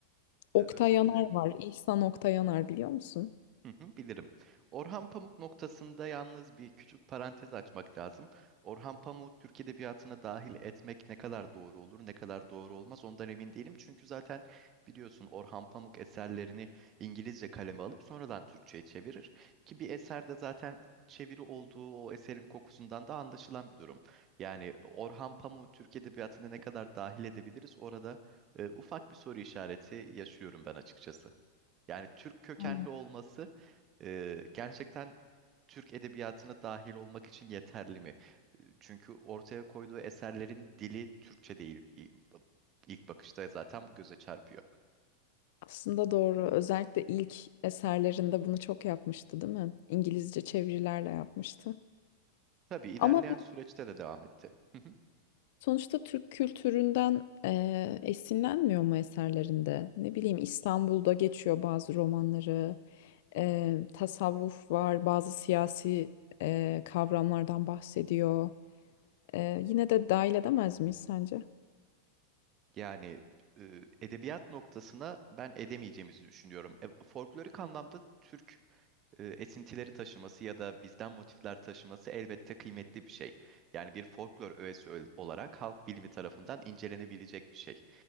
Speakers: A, on the left; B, on the right.
A: Oktay
B: e, özür
A: Yanar
B: dilerim.
A: var. İhsan Oktay Yanar biliyor musun?
B: Hı hı, bilirim. Orhan Pamuk noktasında yalnız bir küçük parantez açmak lazım. Orhan Pamuk'u Türk edebiyatına dahil etmek ne kadar doğru olur, ne kadar doğru olmaz ondan emin değilim. Çünkü zaten biliyorsun Orhan Pamuk eserlerini İngilizce kaleme alıp sonradan Türkçe'ye çevirir. Ki bir eserde zaten çeviri olduğu o eserin kokusundan da anlaşılan bir durum. Yani Orhan Pamuk'u Türk edebiyatına ne kadar dahil edebiliriz orada e, ufak bir soru işareti yaşıyorum ben açıkçası. Yani Türk kökenli
A: Ha.
B: olması e, gerçekten Türk edebiyatına dahil olmak için yeterli mi? E, Çünkü ortaya koyduğu eserlerin dili Türkçe değil. İ- İlk bakışta zaten bu göze çarpıyor.
A: Aslında doğru. Özellikle ilk eserlerinde bunu çok yapmıştı, değil mi? İngilizce çevirilerle yapmıştı.
B: Tabii ilerleyen
A: Ama
B: süreçte de devam etti. Hı hı.
A: sonuçta Türk kültüründen eee, esinlenmiyor mu eserlerinde? Ne bileyim İstanbul'da geçiyor bazı romanları. Eee, tasavvuf var, bazı siyasi eee, kavramlardan bahsediyor. Eee, yine de dahil edemez miyiz sence?
B: Yani e, edebiyat noktasına ben edemeyeceğimizi düşünüyorum. E, folklorik anlamda Türk e, esintileri taşıması ya da bizden motifler taşıması elbette kıymetli bir şey. Yani bir folklor öğesi öl- olarak halk bilimi tarafından incelenebilecek bir şey.